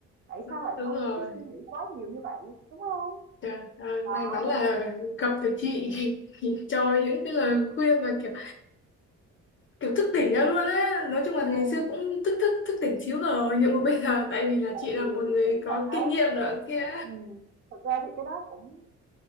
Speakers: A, on the right (about 35°); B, on the left (about 40°).
A: Tại
B: đó,
A: sao lại
B: đúng
A: phải
B: rồi
A: suy nghĩ quá nhiều như vậy, đúng không
B: Trời ơi, may
A: Đó,
B: mắn là gặp được chị <laughs> cho những cái lời khuyên và kiểu kiểu thức tỉnh ra luôn á nói chung là
A: ừm,
B: ngày xưa cũng thức thức thức tỉnh xíu rồi nhưng mà bây giờ tại vì là
A: tại
B: chị
A: vì
B: là một
A: chị
B: người
A: nghĩ là
B: có
A: cái
B: kinh nghiệm nữa kia
A: Ừm, thực ra thì cái đó cũng